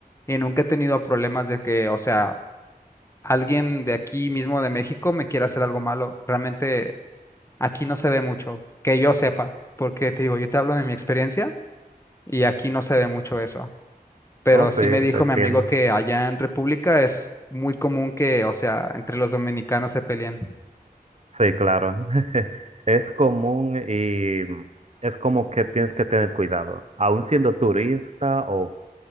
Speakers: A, on the left; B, on the right.
A: y nunca he tenido problemas de que, o sea, alguien de aquí mismo de México me quiera hacer algo malo. Realmente aquí no se ve mucho, que yo sepa, porque te digo, yo te hablo de mi experiencia y aquí no se ve mucho eso. Pero
B: Oh,
A: sí
B: sí,
A: me dijo
B: te entiendo.
A: mi amigo que allá en República es muy común que, o sea, entre los dominicanos se peleen.
B: Sí, claro. <laughs> Es común y es como que tienes que tener cuidado. Aun siendo turista o